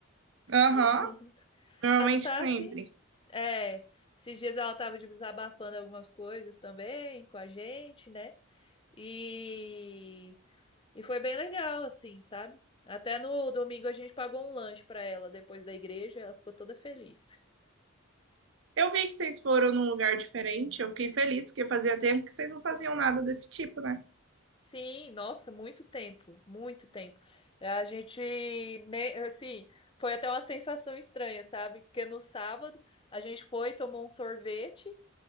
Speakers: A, on the right; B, on the left.
A: Aham,
B: E ela, não tá-
A: normalmente
B: ela tá
A: sempre.
B: assim. É, esses dias ela tava desabafando algumas coisas também com a gente, né? E E foi bem legal, assim, sabe? Até no domingo a gente pagou um lanche para ela depois da igreja, ela ficou toda feliz.
A: Eu vi que vocês foram num lugar diferente, eu fiquei feliz, porque fazia tempo que vocês não faziam nada desse tipo, né?
B: Sim, nossa, muito tempo, muito tempo. A gente, né, assim, foi até uma sensação estranha, sabe? Porque no sábado a gente foi, tomou um sorvete